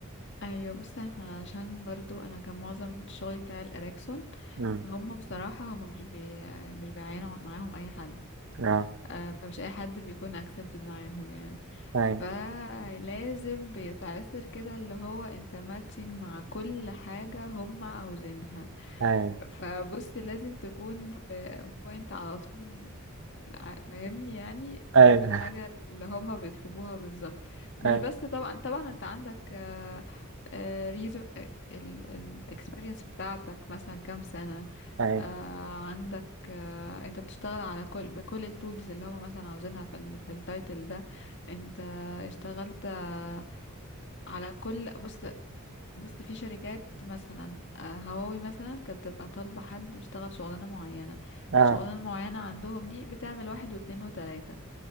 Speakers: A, on the left; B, on the right.
A: ايوه بص احنا عشان برضو انا كان معظم الشغل بتاع الاريكسون
B: امم
A: هم بصراحة هم مش بي... مش بيعينوا معاهم أي حد
B: اه
A: آه، فمش أي حد بيكون accepted معاهم يعني
B: أيوه
A: فلازم بيتعسر كده اللي هو انت ماتشنج مع كل حاجة هم عاوزينها
B: أيوه
A: فبص لازم تكون في point على طول ع- فاهمني يعني
B: أيوه
A: ف- في الحاجة اللي هما بيطلبوها بالظبط مش
B: أيوه
A: بس طبعا طبعا انت عندك آه، آه، ريزو الاكسبيرينس بتاعتك مثلا كام سنة
B: أيوه
A: آه، عندك آه، انت بتشتغل على كل بكل التولز اللي هما مثلا عاوزينها في ال في التايتل ده انت اشتغلت آه، على كل بص بص في شركات مثلا آه، هواوي مثلا كانت بتبقى طالبة حد بيشتغل شغلانة معينة
B: اه
A: الشغلانة المعينة عندهم دي بتعمل واحد واتنين وتلاتة